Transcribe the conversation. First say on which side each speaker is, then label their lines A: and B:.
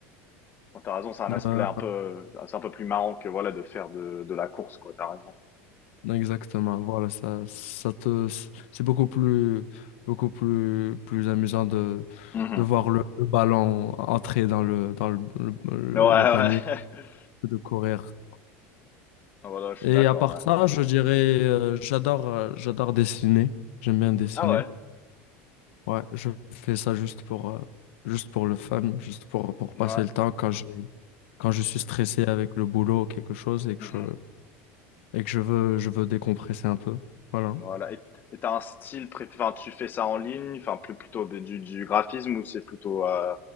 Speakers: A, on the left; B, on the left.
A: Bah, tu raison, c'est un aspect
B: Euh,
A: un peu c'est un peu plus marrant que voilà de faire de de la course quoi, t'as raison.
B: exactement, voilà, ça, ça te, c'est beaucoup plus, beaucoup plus, plus amusant de,
A: Mmh
B: de voir le, le ballon entrer dans le, dans le, le, le-
A: Ouais, ouais.
B: le panier
A: <laughs>
B: que de courir.
A: Voilà, je suis
B: Et
A: d'accord,
B: à part
A: ouais.
B: ça, je dirais, euh, j'adore, euh, j'adore dessiner. J'aime bien dessiner.
A: Ah ouais?
B: Ouais, je fais ça juste pour, euh, juste pour le fun, juste pour, pour passer
A: Ouais.
B: le temps quand j'ai, quand je suis stressé avec le boulot ou quelque chose et
A: Mmh
B: que je, et que je veux, je veux décompresser un peu. Voilà.
A: Voilà. Et et tu un style préf enfin, tu fais ça en ligne, enfin, plus plutôt du du graphisme ou c'est plutôt, heu,